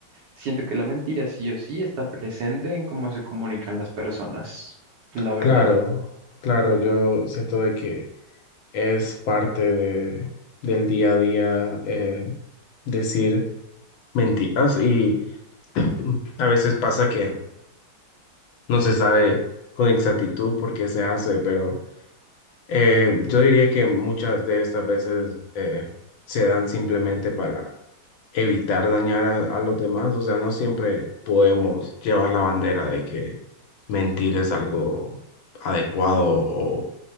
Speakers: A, on the right; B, on the left.
A: siento que la mentira sí o sí está presente en cómo se comunican las personas, la verdad.
B: Claro, claro, yo siento de que es parte de, del día a día eh, decir mentiras y mm, a veces pasa que no se sabe con exactitud por qué se hace, pero... Eh, yo diría que muchas de estas veces eh, se dan simplemente para evitar dañar a, a los demás. O sea, no siempre podemos llevar la bandera de que mentir es algo adecuado o,